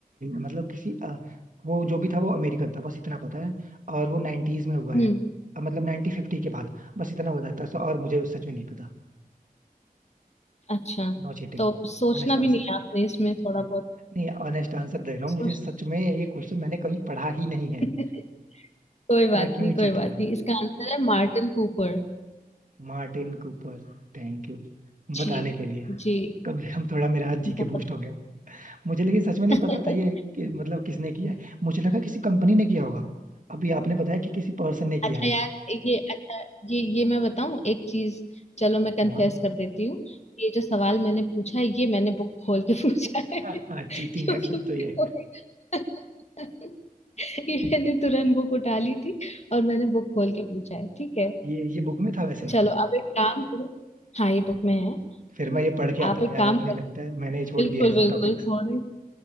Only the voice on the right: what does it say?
मतलब किसी अ, वो जो भी था वो अमेरिकन था बस इतना पता है और वो नाइनटीज में हुआ
है अ, मतलब नाइनटीन फिफ्टी के बाद बस इतना बताता है तो, तो और मुझे सच में नहीं पता
No cheating
Honest
answer
नहीं ऑनेस्ट आंसर दे रहा हूँ
मुझे सच में ये क्वेश्चन मैंने कहीं पढ़ा ही नहीं है
तो मैं क्यों
ही चीट
करूँ
Martin Cooper थैंक यू
बताने के लिए
कम से कम थोड़ा मेरा हाथ जी
के बूस्ट हो गया मुझे लेकिन सच में नहीं
पता था ये कि मतलब किसने किया है मुझे लगा किसी कंपनी ने किया होगा अभी आपने बताया कि किसी पर्सन ने किया
है
हाँ
<laughs>
हाँ
चीटिंग है सर तो ये
ये ये बुक में था वैसे
फिर मैं ये पढ़ के आता
हूँ
यार
आपने
लगता है मैंने छोड़
दिया है सब
टॉपिक्स